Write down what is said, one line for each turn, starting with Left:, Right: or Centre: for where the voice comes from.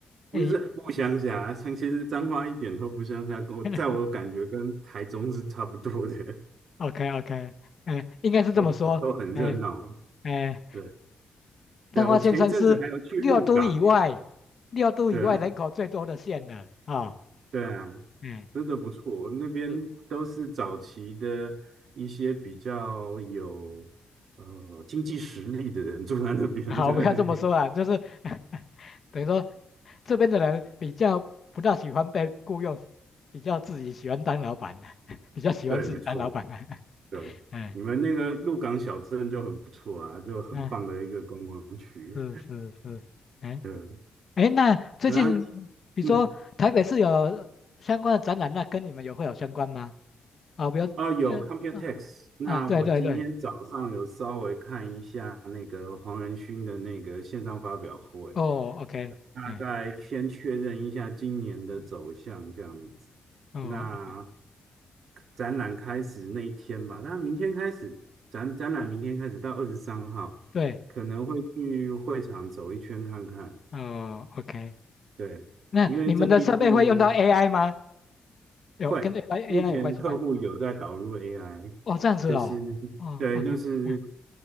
Right: 不是不乡下，
Left: 哎。
Right: 像其实彰化一点都不乡下，跟我在我感觉跟台中是差不多的，
Left: <laughs> OK OK，哎，
Right: <laughs>
Left: 应该是这么说，
Right: 都都很热闹。
Left: 哎哎，
Right: 对
Left: 彰化县算是六都以外，
Right: 对，我前一阵子还有去鹿港诶，
Left: 六都以外人口最多的县了啊，
Right: 对对啊，
Left: 嗯，
Right: 真的不错，那边都是早期的一些比较有呃经济实力的人住在那边，
Left: 是，<laughs> 好，
Right: 对
Left: 不要这么说啦，就是 <laughs> 等于说这边的人比较不大喜欢被雇佣，比较自己喜欢当老板的，<laughs> 比较喜欢自己当老板的，
Right: <laughs> 对，没错，
Left: <laughs>
Right: 对，
Left: 嗯
Right: 你们那个鹿港小镇就很不错啊，就很棒的一个观光区，
Left: 嗯，是是是，哎
Right: 对，
Left: 哎，那最近比如说台北市有相关的展览，
Right: 对啊，嗯。
Left: 那跟你们有会有相关吗？啊，不要这样啊
Right: 啊、有 Computex。那我今天早上有稍微看一下那个黄仁勋的那个线上发表会，
Left: 啊，对对对，哦，OK，
Right: 大概先确认一下今年的走向这样子。
Left: 哎，哦，OK，
Right: 那展览开始那一天吧，那明天开始展展览，明天开始到二十三号，
Left: 对，
Right: 可能会去会场走一圈看看。
Left: 哦，OK，
Right: 对，
Left: 那你们的设备会用到
Right: 因为这毕竟
Left: AI 吗？有跟
Right: 会，
Left: AI
Right: 目前客户有在导入
Left: AI 有关系吗？
Right: AI，
Left: 哦，这样子哦，
Right: 就是
Left: 哦，OK，
Right: 对，就是
Left: 嗯，